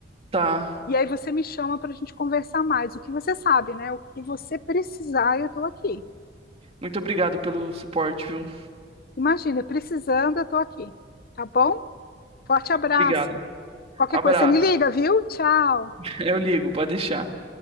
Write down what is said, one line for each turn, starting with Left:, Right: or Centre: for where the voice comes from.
Right: Tá.
Left: e aí você me chama para a gente conversar mais. O que você sabe, né? O que você precisar, eu estou aqui.
Right: Muito obrigado pelo suporte, viu?
Left: Imagina, precisando, eu estou aqui. Tá bom? Forte abraço.
Right: Obrigado.
Left: Qualquer
Right: Abraço.
Left: coisa, você me liga, viu? Tchau.
Right: <laughs> Eu ligo, pode deixar.